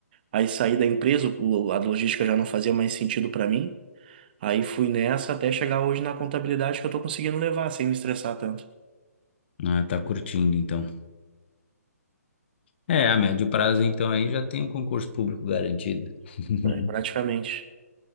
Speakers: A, on the right (about 35°); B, on the left (about 40°).
A: Aí saí da empresa, o- a logística já não fazia mais sentido para mim. Aí fui nessa até chegar hoje na contabilidade que eu tô conseguindo levar sem me estressar tanto.
B: Ah, tá curtindo então. É, a médio prazo então aí já tem um concurso público garantido. <laughs>
A: É, Praticamente.